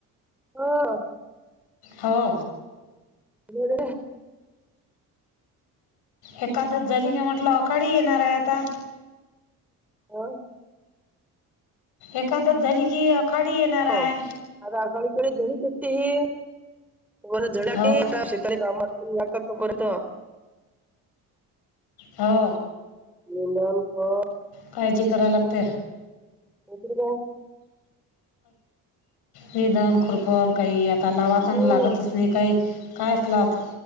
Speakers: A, in the centre; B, on the left (about 80°).
A: हो <inaudible>
B: हो.
A: ब <unintelligible>
B: एकादस झाली की म्हटलं, अखाडी येणार आहे आता.
A: होय.
B: एकादस झाली कि, अखाडी येणार आहे.
A: हं. आता आखाडीकडे झडी शते ही पण <unintelligible> झाले
B: हो
A: आ शेताले काम <inaudible> त कत बरत <unintelligible>
B: हो.
A: लंदन ख <unintelligible>
B: काळजी कराय लागते.
A: हो <unintelligible>
B: निधन खुरपन काही आता लावातन
A: हम्म.
B: लागतच नाही काही. काय असला आत